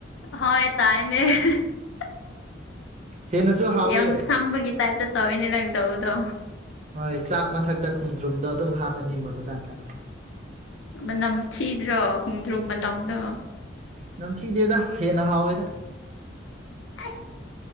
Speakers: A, on the left (about 85°); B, on the right (about 35°).
A: ꯍꯣꯏ ꯇꯥꯏꯅꯦ
B: ꯍꯦꯟꯅꯁꯨ ꯍꯥꯎꯋꯦ
A: ꯌꯥꯝ ꯁꯝꯕꯒꯤ ꯇꯥꯏꯞꯇ ꯇꯧꯋꯤꯅꯦ ꯅꯪ ꯇꯧꯕꯗꯣ
B: ꯍꯣꯏ ꯆꯥꯛ ꯃꯊꯛꯇ ꯈꯣꯡꯗ꯭ꯔꯨꯝꯗꯣ ꯑꯗꯨꯝ ꯍꯥꯞꯄꯅꯤ ꯃꯨꯜꯂꯀꯥꯟꯗ
A: ꯃꯅꯝ ꯊꯤꯗ꯭ꯔꯣ ꯍꯣꯡꯗ꯭ꯔꯨ ꯃꯅꯝꯗꯣ
B: ꯅꯝꯊꯤꯗꯦꯗ ꯍꯦꯟꯅ ꯍꯥꯎꯋꯦꯗ
A: ꯑꯦꯁ